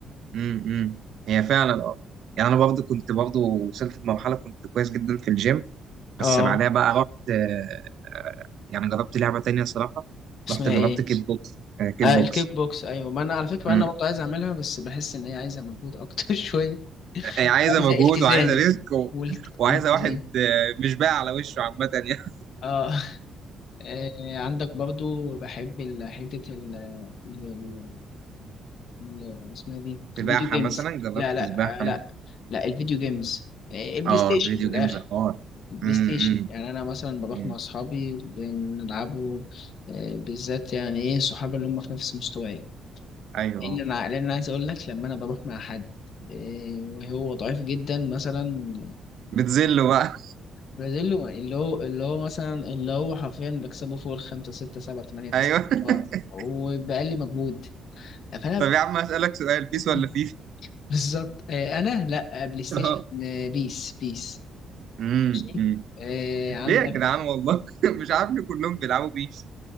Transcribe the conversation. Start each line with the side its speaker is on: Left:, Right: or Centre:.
Right: امم امم. هي فعلا اه يعني انا برضو كنت برضو وصلت لمرحله كنت كويس جدا في الجيم
Left: اه
Right: بس بعدها بقى رحت آه، آه، يعني جربت لعبه تانية صراحه
Left: اسمها
Right: رحت جربت
Left: ايه
Right: كيك بوكس آه، كيك
Left: آه
Right: بوكس
Left: الكيك بوكس ايوه ما انا على فكره
Right: امم
Left: انا برضه عايز اعملها بس بحس ان هي عايزه مجهود اكتر <laughs> شويه
Right: هي عايزه
Left: عايزه
Right: مجهود
Left: التزام
Right: وعايزه ريسك و...
Left: والت...
Right: وعايزه
Left: والتزام
Right: واحد آه، مش باقي على وشه عامه يعني
Left: اه آه، عندك برضو بحب ال- حتة ال ال- ال- ال- اسمها دي
Right: <laughs> سباحه
Left: الفيديو جيمز
Right: مثلا جربت
Left: لا لا
Right: سباحه
Left: آه، لا
Right: مثلا
Left: لا الفيديو جيمز آه، البلاي
Right: اه
Left: ستيشن
Right: فيديو
Left: من الآخر
Right: جيمز حوار
Left: البلاي
Right: امم
Left: ستيشن
Right: امم
Left: يعني أنا مثلا بروح
Right: امم.
Left: مع أصحابي بنلعبوا آه، بالذات يعني إيه صحابي اللي هم في نفس مستواي
Right: ايوه
Left: اللي
Right: اه
Left: أنا لأن أنا عايز أقول لك لما أنا بروح مع حد آه، وهو ضعيف جدا مثلا
Right: بتذله بقى
Left: برازيلو اللي هو اللي هو مثلا اللي هو حرفيا بكسبه فوق الخمسة ستة سبعة تمانية تسعة
Right: <laughs> ايوه <laughs>
Left: عشرة وبأقل مجهود فأنا
Right: طب يا عم اسالك سؤال بيس ولا
Left: <laughs>
Right: فيفا
Left: بالظبط آه، أنا لأ بلاي ستيشن
Right: <laughs>
Left: آه، بيس بيس
Right: امم
Left: ماشي؟
Right: امم.
Left: آه،
Right: ليه
Left: عندك
Right: يا جدعان والله <laughs> مش عارف ليه كلهم بيلعبوا بيس